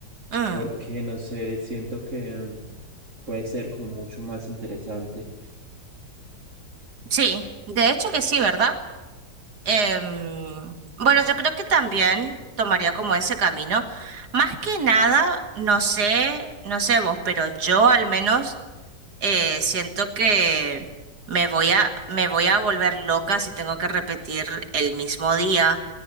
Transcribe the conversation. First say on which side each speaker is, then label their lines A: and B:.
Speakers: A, on the right; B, on the right.
A: Mm,
B: porque no sé, siento que mm, puede ser como mucho más interesante.
A: sí, de hecho que sí, ¿verdad? Em, bueno, yo creo que también tomaría como ese camino. Más que nada, no sé, no sé vos, pero yo al menos eh, siento que me voy a, me voy a volver loca si tengo que repetir el mismo día